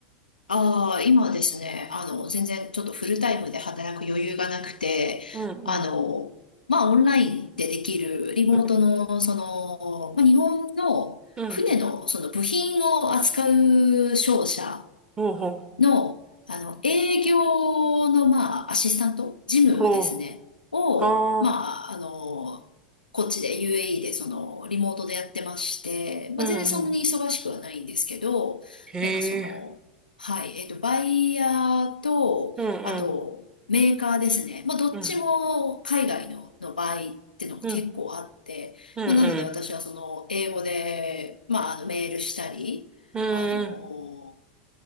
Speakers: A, on the left (about 80°); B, on the right (about 20°).
A: ああ、今はですね、あの、全然ちょっとフルタイムで働く余裕がなくて、
B: うんうん。
A: あの、まあ、オンラインでできるリモートの、
B: うん。
A: その、まあ、日本の船の、
B: うん
A: その部品を扱う商社
B: ほうほう。
A: の、あの、営業の、まあ、アシスタント、事務ですね、
B: ほう。
A: を、
B: はあ。
A: まあ、あの、こっちで UAE で、その、リモートでやってまして、
B: うんうん。
A: まあ、全然そんなに忙しくはないんですけど、
B: へえ。
A: なんかその、はい、えっと、バイヤーと、
B: うんうん。
A: あと、メーカーですね。まあ、どっちも海外の、
B: うん。
A: の場合ってのも結構あって、
B: うん。うんうん。
A: まあ、なので私はその、英語で、まあ、あの、メールしたり、
B: う
A: あの
B: ん